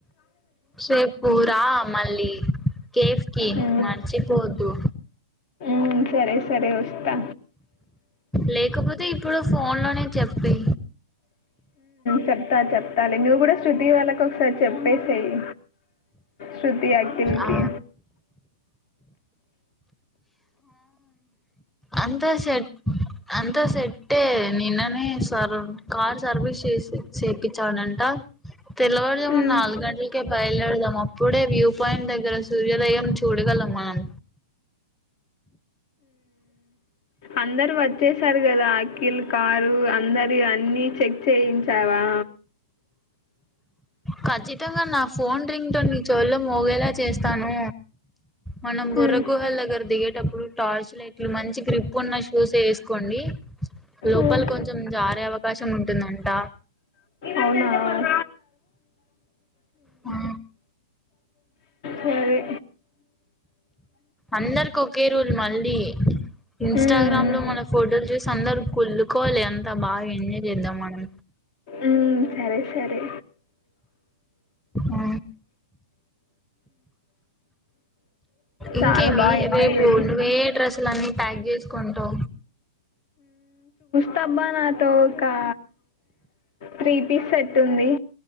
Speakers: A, in the centre; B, on the left (about 55°).
A: శే పూరా మళ్ళీ కేఫ్ కి
B: మ్మ్.
A: మర్చిపోద్దు
B: ఉమా సరే సరే వస్తా
A: లేకపోతే ఇప్పుడు ఫోన్ లోనే చెప్పే
B: చెప్తా చెప్తాలి నువ్వు కూడా శృతి వాళ్ళకు ఒకసారి చెప్పేసేయి శుతి అకికి
A: ఆ అంత సట్ అంతా సెట్ే నిన్ననే సర్ కార్ సర్వీస్ చేసి చేపంచాడంట తెలవడదాము
B: ఉమ్,
A: నాలుగు గంటలకే బయలుదేడదాం అప్పుడే వ్యూ పాయింట్ దగ్గర సూర్యోదయం చూడగలం మనం
B: అందరు వచ్చే చారు కదా అఖిల్ కారు అందరి అన్ని చెక్ చేయించావా
A: ఖచ్చితంగా నా ఫోన్ రింగ్తోో నీ చోట్లో మోగేలా చేస్తాను మనం బుర్ర
B: ఉమ్,
A: గుహల దగ్గర దిగేటప్పుడు టార్చ్ లైట్లు మంచి క్రిప్ ఉన్న షూస్ వేసుకోండి లోపల
B: ఉమ్.
A: కొంచెం జారే అవకాశం ఉంటుందంట
B: అవునా ఉమ్,
A: ఆ
B: సరే
A: అందరి ఒకే రూల్ మళ్ళీ ఇంస్టాగ్రామ్
B: ఉమ్, ఉమ్,
A: లో మన ఫోటోలు చూసి అందరు కులుకోవాలి అంత బాగా ఎంజాయ్ చేద్దాం మనం
B: ఉమ్, సరే సరే
A: ఆ ఇంకేమి
B: చాలా బాగా ఎంజాయ్
A: రేపు
B: చేద్దాం
A: నువ్వే డ్రెస్ ఇలన్నీ ప్యాక్ చేసుకుంటా
B: త బనాత కా త్రీ పీస్ సట్ ఉంది